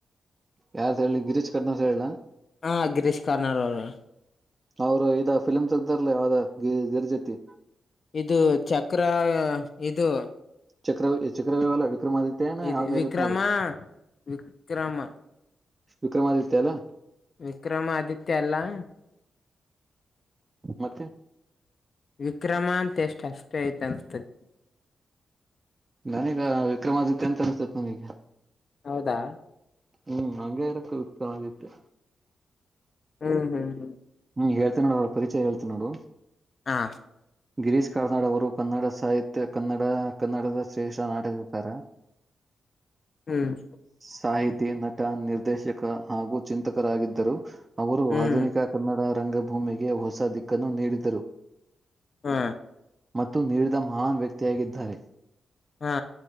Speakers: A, on the right (about 30°); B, on the left (about 55°).
A: ಯಾರ್ದ ಹೇಳಿ ಗಿರೀಶ್ ಕರ್ನದ್ ಹೇಳಲಾ.
B: ಹ ಗಿರೀಶ್ ಕಾರ್ನಾಡ್ ಅವರು.
A: ಅವರು ಇದ ಫಿಲಿಂ ತೆಗ್ದವ್ರಲ ಯಾವುದೇ ಗಿ ಇದರ್ಜತಿ.
B: ಇದು ಚಕ್ರ ಇದು.
A: ಚಕ್ರವ್ ಚಕ್ರವ್ಯಲ್ಲ ವಿಕ್ರಮಾದಿತ್ಯಾನ
B: ಇದು
A: ಯಾವ್ದ ಇರುತ್ತ
B: ವಿಕ್ರಮ
A: ನೋಡು.
B: ವಿಕ್ರಮ
A: ವಿಕ್ರಮಾದಿತ್ಯ ಅಲ್ಲ
B: ವಿಕ್ರಮಾದಿತ್ಯ ಅಲ್ಲಾ
A: ಮತ್ತೆ
B: ವಿಕ್ರಮಾ ಅಂತೆಸ್ಟ್ ಅಷ್ಟೆ ಐತ ಅನ್ಸತೈತ
A: ನನೀಗ ವಿಕ್ರಮಾದಿತ್ಯ ಅಂತ ಅನ್ಸತತ್ ನನಗೆ.
B: ಹೌದಾ
A: ಹ್ಮ್ ಅಂಗೆ ಇರಕ್ಕ ವಿಕ್ರಮಾದಿತ್ಯ.
B: ಹ್ಮ್ ಹ್ಮ್ ಹ್ಮ್
A: ಹ್ಮ್ ಹೇಳ್ತೀನ್ ನೋಡು ಅವ ಪರಿಚಯ ಹೇಳ್ತಿನ್ ನೋಡು.
B: ಹಾ
A: ಗಿರೀಶ್ ಕಾರ್ನಾಡ್ ಅವರು ಕನ್ನಡ ಸಾಹಿತ್ಯ ಕನ್ನಡ ಕನ್ನಡದ ಶ್ರೇಷ್ಠ ನಾಟಕಿರುತಾರೆ.
B: ಹ್ಮ್
A: ಸಾಹಿತಿ ನಟ ನಿರ್ದೇಶಕ ಹಾಗೂ ಚಿಂತಕರಾಗಿದ್ದರು. ಅವರು
B: ಹ್ಮ್
A: ಆಧುನಿಕ ಕನ್ನಡ ರಂಗಭೂಮಿಗೆ ಹೊಸ ದಿಕ್ಕನ್ನು ನೀಡಿದರು.
B: ಹಾ
A: ಮತ್ತು ನೀಡಿದ ಮಹಾನ್ ವ್ಯಕ್ತಿಯಾಗಿದ್ದಾರೆ.
B: ಹಾ